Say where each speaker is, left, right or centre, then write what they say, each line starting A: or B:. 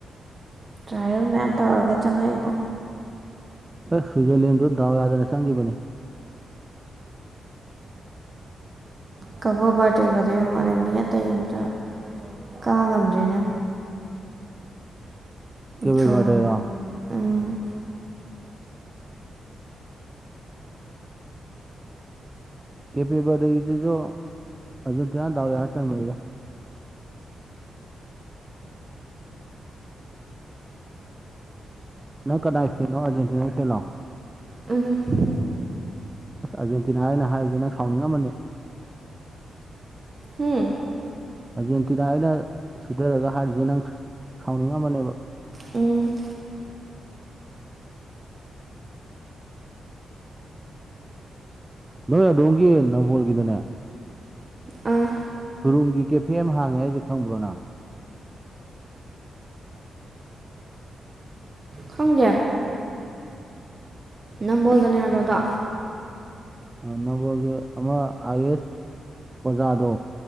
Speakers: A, on the right; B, on the right.
A: ꯇ꯭ꯔꯥꯏꯌꯦꯜ ꯃꯌꯥꯝ ꯇꯧꯔꯒ ꯆꯪꯉꯛꯏꯕꯣ
B: ꯑꯦꯁ ꯁ꯭ꯋꯤꯖꯔꯂꯦꯟꯗꯨ ꯗꯥꯎ ꯌꯥꯗꯅ ꯆꯪꯈꯤꯕꯅꯦ
A: ꯀꯕꯣ ꯕꯔꯗꯦꯒꯗꯣ ꯌꯦꯡꯉꯣꯅꯦ ꯃꯤ ꯑꯇꯩ ꯑꯝꯇ ꯀꯥ ꯉꯝꯗꯔꯦꯅꯦ
B: ꯀꯕꯤꯕꯔꯦꯔ
A: ꯗ꯭ꯔꯣ ꯎꯝ
B: ꯀꯦ ꯄꯤꯕꯔ ꯏꯗꯨꯣ ꯑꯗꯨꯟ ꯇꯅꯣ ꯌꯥꯎ ꯆꯟꯗ ꯅ ꯀꯗꯥꯏ ꯐꯤꯅꯣ ꯑꯔꯖꯦꯟꯇꯤꯅꯥꯏ ꯐꯦꯂꯣ
A: ꯎꯝ
B: ꯑꯁ ꯑꯥꯔꯖꯦꯟꯇꯤꯅꯥ ꯑꯩꯅ ꯍꯥꯏꯕꯗꯤ ꯅꯪ ꯁꯥꯎꯅꯤꯡꯉꯝꯃꯅꯤ
A: ꯍꯨꯝ
B: ꯑꯔꯖꯦꯟꯇꯤꯅꯥ ꯑꯩꯅ ꯁꯤꯊꯔꯒ ꯍꯥꯏꯔꯤꯁꯦ ꯅꯪ ꯁꯥꯎꯅꯤꯡꯉꯝꯕꯅꯦꯕ
A: ꯎꯝ
B: ꯅꯣꯏ ꯑꯗꯣꯝꯒꯤ ꯅꯝꯕꯣꯜꯒꯤꯗꯅꯦ
A: ꯑ
B: ꯁꯨꯔꯨꯡꯒꯤ ꯀꯦꯐꯦ ꯑꯃ ꯍꯥꯡꯉꯦ ꯍꯥꯏꯁꯦ ꯈꯪꯕ꯭ꯔꯣ ꯅꯪ
A: ꯈꯪꯒ꯭ꯌꯥ ꯅꯝꯕꯣꯜꯗꯅꯦ ꯍꯥꯏꯕꯗꯣ
B: ꯅꯝꯕꯣꯜꯒꯤ ꯑꯃ ꯑꯥꯏ ꯑꯦꯁ ꯑꯣꯖꯥꯗꯣ